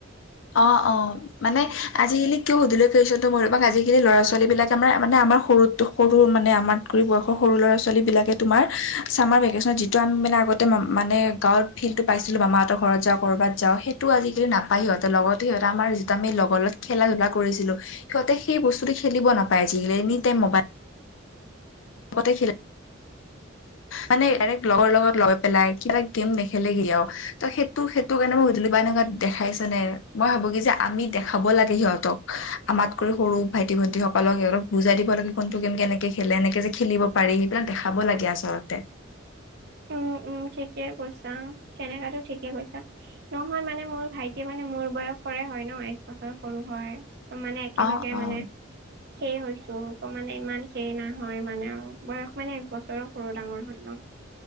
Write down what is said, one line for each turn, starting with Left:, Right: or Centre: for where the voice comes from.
Left: অ, অ। মানে আজিকালি কিয় সুধিলোঁ কৈছোঁ ত মই বা আজিকালি ল'ৰা-ছোৱালী বিলাকে আমাৰ মানে আমাৰ সৰুতো সৰু মানে আমাত কৰি বয়সৰ সৰু ল'ৰা ছোৱালী বিলাকে তোমাৰ, ছামাৰ ভেকেশচন যিটো আমি মানে আগতে মানে গাঁৱত ফিল্ডটো পাইছিলোঁ মামাহঁতৰ ঘৰত যাওঁ, ক'ৰবাত যাওঁ, সেইটো আজকালি নাপায় সিহঁতে। ত লগতে সিহঁতে আমাৰ যিটো আমি লগৰ লগত খেলা-ধূলা কৰিছিলোঁ। সিহঁতে সেই বস্তুটো খেলিব নাপায়। যি এনি টাইম মোবাইল তে খেলে। মানে ডাইৰেক্ট লগৰ লগত লৈ পেলাই কিবা গেম নেখেলে কিয়? ত সেইটো-সেইটো কাৰণে মই গধূলি বা এনেকা দেখাইছে নে। মই ভাবো কি যে আমি দেখাব লাগে সিহঁতক। আমাতকৈও সৰু ভাইটি, ভন্টি সকলক অলপ বুজাই দিব লাগে। কোনটো, কি, কেনেকে খেলে এনেকে যে খেলিব পাৰি, সেইবিলাক দেখাব লাগে আচলতে।
Right: উম উম' ঠিকে কৈছা, সেনেকাতো ঠিকে কৈছা। নহয় মানে মোৰ ভাইটি মানে মোৰ বয়সৰে হয় ন, এক বছৰ সৰু হয়। ত মানে একেলগে
Left: অ
Right: মান
Left: <inaudible>
Right: সেই হৈছোঁ, তো মানে ইমান সেই নহয় মানে আৰু বয়স মানে একবছৰৰ সৰু, ডাঙৰ হ'ল ন।